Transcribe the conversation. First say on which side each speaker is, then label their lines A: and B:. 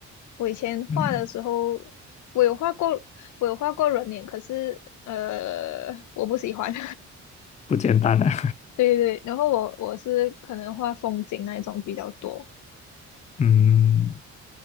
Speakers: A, on the left; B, on the left.
A: 我以前画的时候，
B: <laughs> 嗯，
A: 我有画过，我有画过人脸，可是，呃，我不喜欢。
B: 不简单啊，
A: <laughs> 对对对，然后我我是可能画风景那一种比较多，
B: <laughs> 嗯，